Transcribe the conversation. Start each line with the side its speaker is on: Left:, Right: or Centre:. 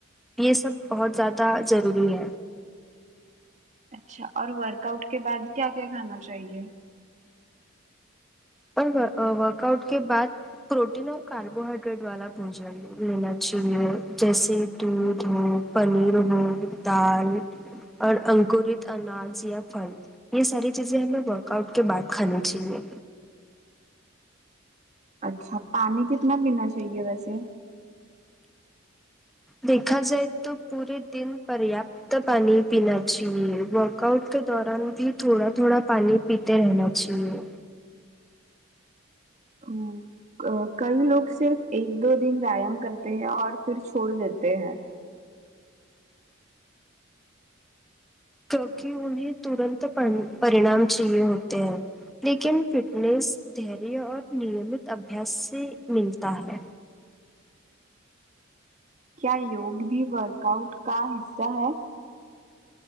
Centre: یہ سب بہت زیادہ ضروری ہے
Right: اچھا اور ورک آؤٹ کے بعد کیا کیا کھانا چاہیے
Centre: اور ا ورک آؤٹ کے بعد پروٹین اور کاربوہڈریٹ والا بھوجن لینا چاہیے جیسے دودھ ہو پنیر ہو دال اور انکورت اناج یا پھل یہ ساری چیزیں ہمیں ورک آؤٹ کے بعد کھانی چاہیے
Right: اچھا پانی کتنا پینا چاہیے ویسے
Centre: دیکھا جائے تو پورے دن پریاپ ت پانی پینا چاہیے ورک آؤٹ کے دوران بھی تھوڑا تھوڑا پانی پیتے رہنا چاہیے
Right: ہوں کئی لوگ صرف ایک دو دن ویایام کرتے ہیں اور پھر چھوڑ دیتے ہیں
Centre: کیونکہ انہیں ترنت پر پرینام چاہیے ہوتے ہیں لیکن فٹنیس دھیریہ اور نیمت ابھیاس سے ملتا ہے
Right: کیا یوگ بھی ورک آؤٹ کا حصہ ہے